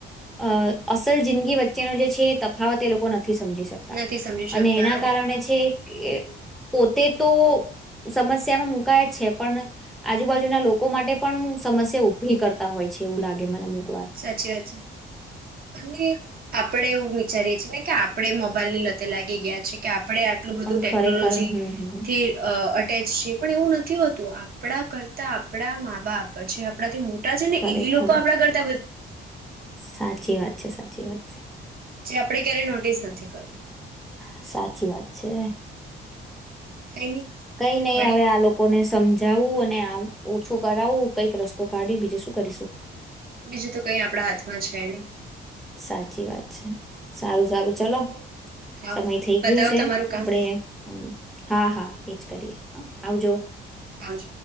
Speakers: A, in the centre; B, on the right.
A: અ અસલ જિંદગી વચ્ચેનો જે છે. હાવા તે લોકો નથી. નથી સમજી શકતા.
B: નથી સમજી
A: અને
B: શકતા
A: એના કારણે છે. પોતે તો સમસ્યામાં મુકાય જ છે. પણ આજુબાજુના લોકો માટે પણ સમસ્યા ઉઊભી કરતા હોય છે. એવું લાગે મને વાર
B: સાચી વાત અને. આપડે એવું વિચારીએ છીએ ને કે આપડે મોબાઈલ ની લતે લાગી ગયા છે કે. આપણે આટલું બધું
A: પણ
B: ટેકનોલોજી
A: ખરેખર હમ હમ
B: થી અ. અટે છે પણ એવું નથી હોતું આપણા કરતા આપણા મા બાપ. જે આપણાથી મોટ છે ને
A: ખરેખર
B: એ લોકો આપણા ઘર.
A: સાચી વાત છે. સાચી વાત છે.
B: જે આપણે ક્યારેય નોટિસ નથી કર્યું
A: સાચી વાત છે
B: કઈ નહી
A: કઈ નઈ
B: મળીએ
A: હવે આ લોકોને સમજ જવું અને ઓછું કરાવું કંઈક રસ્તો કાઢી બીજે શું કરીશું.
B: બીજું તો કઈ આપણા હાથમાં છે નહી.
A: સાચી વાત છે સારું સારું ચલો
B: હા
A: સમય થઈ
B: બતાવો
A: ગયો છે
B: તમારું
A: આપડે
B: કામ
A: હા હા એજ કરીએ હ. આવ જો.
B: હજ.